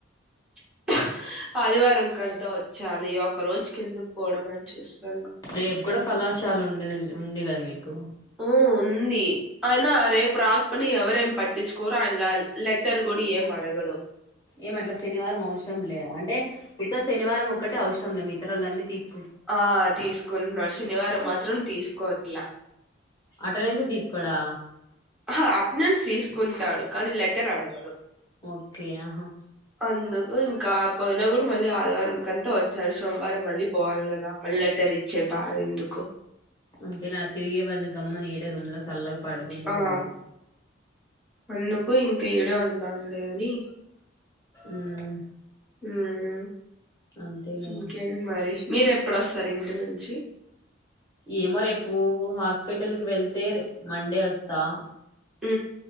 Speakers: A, in the centre; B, on the left (about 20°).
A: <inaudible> ఆదివారం కంత వచ్చేయాలి ఒక రోజుకి ఎందుకు పోవడం అని చూస్తున్నా
B: రేపు కూడా కళాశాల ఉండేది ఉంది కదా మీకు
A: ఆ ఉంది అయినా రేపు రాకపోని ఎవరేం పట్టించుకోరు ఆయన లే లెటర్ కూడా ఏం అడగడు
B: ఏమట్ల శనివారం అవసరంలే అంటే ఉత్త శనివారం ఒక్కటే అవసరంలే మిగతా రోజులన్నీ తీసు
A: ఆ తీసుకుంటున్నాడు శనివారం మాత్రం తీసుకోట్లా
B: అటెండెన్స్ తీసుకోడా
A: హ అటెండెన్స్ తీసుకుంటాడు కానీ లెటర్ అడగడు
B: ఓకే ఆహా
A: అందుకు ఇంకా పోయినా కూడా మళ్ళీ ఆదివారం కంతా వచ్చేయాలి సోమవారం మళ్ళీ పోవాలి కదా మళ్ళీ లేట్టరి చ్చే బాధ ఎందుకు
B: అంతేలే ఆ తిరిగే బదులు గమ్మున ఈ ఈడే రూమ్ లో సల్లగా పడుకుంటేనే
A: ఆ
B: మేలు
A: అందుకు ఇంకా ఈడే ఉందాంలే అని
B: ఉమ్
A: ఉమ్
B: అంతేలేండి
A: ఇంకేంటి మరి మీర ఎప్పుడొస్తారు ఇంటి నుంచి
B: ఏమో రేపు హాస్పిటల్కి వెళ్తే మండే వస్తా
A: వ్మ్